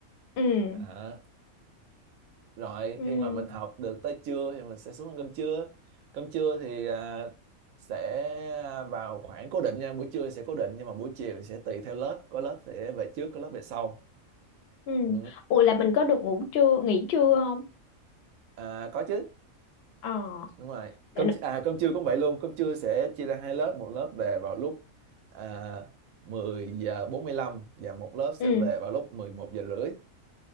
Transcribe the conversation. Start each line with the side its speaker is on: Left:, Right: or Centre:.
Left: ừ
Right: Đó. rồi
Left: ừ
Right: khi mà mình học được tới trưa thì mình sẽ xuống ăn cơm trưa cơm trưa thì à, sẽ vào khoảng cố định nha buổi trưa sẽ cố định nhưng mà buổi chiều sẽ tùy theo lớp có lớp sẽ về trước có lớp về sau
Left: ừ
Right: ừ.
Left: ủa là mình có được ngủ trưa nghỉ trưa không
Right: à, có chứ
Left: ờ
Right: đúng rồi
Left: để
Right: cơm
Left: nó...
Right: chi- à cơm trưa cũng vậy luôn cơm trưa sẽ chia ra hai lớp một lớp về vào lúc à, 10 giờ 45 và một lớp sẽ
Left: ừ
Right: về vào lúc 11 giờ rưỡi